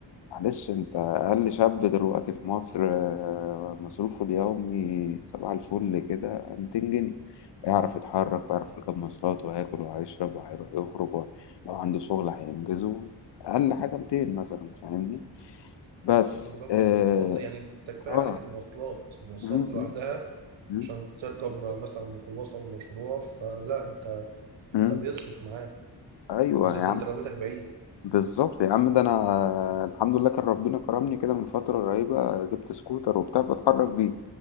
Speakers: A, on the left; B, on the right.
A: معلش انت اقل شاب دلوقتي في مصر آه، مصروفه اليومي صباح الفل كده 200 جنيه يعرف يتحرك ويعرف يركب مواصلات وهياكل وهيشرب وهيروح يخرج و- لو عنده شغل هينجزه اقل حاجه 200 مثلا فاهمني بس
B: اه بالظبط
A: اه,
B: والمواصلات يعني تكفي
A: آه.
B: عليك المواصلات المواصلات
A: م- م-
B: لوحدها
A: م-
B: عشان تركب مثلا ميكروباص او مشروع فلا انت
A: م.
B: انت بيصرف معاك
A: ايوه
B: بالذات
A: يا
B: انت لو بيتك بعيد
A: بالظبط يا عم ده انا الحمد لله كان ربنا كرمني كده من فتره قريبه جبت سكوتر وبتاع بتحرك بيه